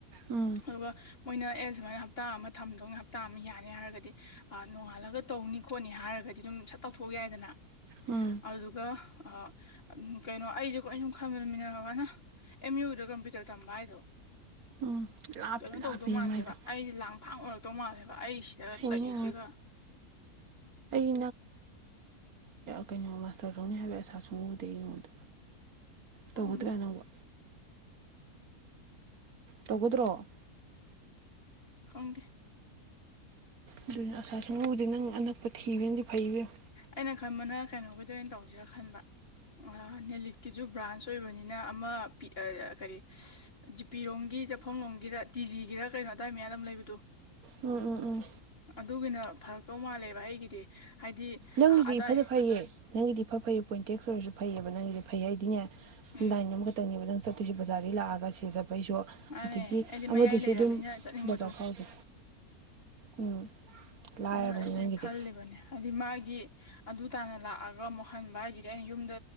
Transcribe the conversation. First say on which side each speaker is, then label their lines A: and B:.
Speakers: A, on the right; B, on the left.
A: ꯎꯝ
B: ꯑꯗꯨꯒ ꯃꯣꯏꯅ ꯑꯦ ꯁꯨꯃꯥꯏꯅ ꯍꯞꯇꯥ ꯑꯃ ꯊꯝꯗꯧ ꯍꯞꯇꯥ ꯑꯃ ꯌꯥꯅꯤ ꯍꯥꯏꯔꯒꯗꯤ ꯑꯥꯕꯥꯅꯣꯡꯉꯥꯜꯂꯒ ꯇꯧꯅꯤ ꯈꯣꯠꯅꯤ ꯍꯥꯏꯔꯒꯗꯤ ꯑꯗꯨꯝ ꯁꯠ ꯇꯧꯊꯣꯛꯎ ꯌꯥꯏꯗꯅ
A: ꯎꯝ
B: ꯑꯗꯨꯒ ꯑꯥ ꯀꯩꯅꯣ ꯑꯩꯁꯦ ꯑꯩꯁꯨꯝ ꯈꯟꯕꯗ ꯃꯤꯟꯅꯔꯕꯅ ꯑꯦꯝ ꯌꯨꯗ ꯀꯝꯄ꯭ꯌꯨꯇꯔ ꯇꯝꯕ ꯍꯥꯏꯗꯣ
A: ꯎꯝ ꯂꯥꯞꯇꯤ
B: ꯀꯩꯅꯣ ꯇꯧꯗꯧ
A: ꯂꯥꯞꯄꯤꯍꯦ
B: ꯃꯥꯟꯗꯦꯕ
A: ꯃꯥꯏꯗꯣ
B: ꯑꯩꯁꯦ ꯂꯥꯡ ꯐꯥꯡ ꯑꯣꯏꯔꯛꯇꯧ ꯃꯥꯜꯂꯦꯕ ꯑꯩ ꯁꯤꯗ
A: ꯑꯣꯏꯅꯤ
B: ꯂꯩꯁꯤꯒ
A: <unintelligible> ꯏ ꯀꯩꯅꯣ ꯃꯥꯁꯇ꯭ꯔ ꯇꯧꯅꯤ ꯍꯥꯏꯕꯩ ꯑꯥꯁꯥ ꯁꯨꯛ ꯎꯎꯗꯦ ꯑꯩꯉꯣꯟꯗ
B: ꯈꯪꯗꯦ
A: ꯇꯧꯒꯗ꯭ꯔꯥꯅꯦ ꯅꯪꯕꯣ ꯇꯧꯒꯗ꯭ꯔꯣ
B: ꯈꯪꯗꯦ
A: ꯑꯗꯨꯅ ꯑꯁꯥ ꯁꯨꯡ ꯎ ꯎꯗꯦ ꯅꯪ ꯑꯅꯛꯄ ꯊꯤꯕꯅꯗꯤ ꯐꯩ ꯏꯕꯦꯝ
B: ꯑꯩꯅ ꯈꯟꯕꯅ ꯀꯩꯅꯣꯒꯤꯗ ꯑꯣꯏꯟ ꯇꯧꯁꯤꯔꯥ ꯈꯟꯕ <unintelligible> ꯅꯦꯂꯤꯠꯀꯤꯁꯨ ꯕ꯭ꯔꯥꯟꯁ ꯑꯣꯏꯕꯅꯤꯅ ꯑꯃ ꯄꯤ ꯑꯥ ꯀꯔꯤ ꯖꯤꯄꯤꯔꯣꯝꯒꯤ ꯆꯠꯐꯝꯔꯣꯝꯒꯤꯗ ꯇꯤ ꯖꯤꯒꯤꯔꯥ ꯀꯩꯅꯣ ꯑꯗꯥꯏ ꯃꯌꯥꯗ ꯑꯝ ꯂꯩꯕꯗꯣ
A: ꯎꯝ ꯎꯝ ꯎꯝ
B: ꯑꯗꯨꯒꯤꯅ ꯐꯔꯛꯇꯧ ꯃꯥꯜꯂꯦꯕ ꯑꯩꯒꯤꯗꯤ ꯍꯥꯏꯗꯤ
A: ꯅꯪꯒꯤꯗꯤ
B: ꯑ ꯑꯗꯥꯏ
A: ꯏꯐꯗ ꯐꯩꯌꯦ ꯅꯪꯒꯤꯗꯤ ꯏꯐ ꯐꯩꯌꯦ ꯄꯣꯏꯟꯇꯦꯛꯁ ꯑꯣꯏꯔꯁꯨ ꯐꯩꯌꯦꯕ ꯅꯪꯒꯤꯗꯤ ꯐꯩ ꯑꯩꯗꯤꯅꯦ
B: ꯎꯝ
A: ꯂꯥꯏꯟ ꯑꯃꯈꯇꯪꯅꯦꯕ ꯅꯪ ꯆꯠꯇꯣꯏꯁꯦ ꯕꯖꯥ꯭ꯔꯗꯒꯤ ꯂꯥꯛꯑꯒ ꯁꯤꯡꯖꯥꯕꯩꯁꯨ
B: ꯃꯥꯅꯦ
A: ꯑꯗꯒꯤ
B: ꯑꯩꯗꯤ
A: ꯑꯃꯗꯨꯁꯨ
B: ꯃꯌꯥꯏ ꯂꯩꯔꯕꯅꯤꯅ
A: ꯗꯨꯝ
B: ꯆꯠꯅꯤꯡꯕꯗꯣ
A: ꯕꯖꯥꯔ ꯐꯥꯎꯗ꯭ꯔꯦ ꯎꯝ ꯂꯥꯏꯔꯕꯅꯤ
B: ꯑꯗꯨꯅ ꯑꯩꯁꯦ
A: ꯅꯪꯒꯤꯗꯤ
B: ꯈꯜꯂꯤꯕꯅꯦ ꯍꯥꯏꯗꯤ ꯃꯥꯒꯤ ꯑꯗꯨ ꯇꯥꯅ ꯂꯥꯛꯑꯒ ꯑꯃꯨꯛ ꯍꯟꯕ ꯍꯥꯏꯁꯤ ꯑꯩꯅ ꯌꯨꯝꯗ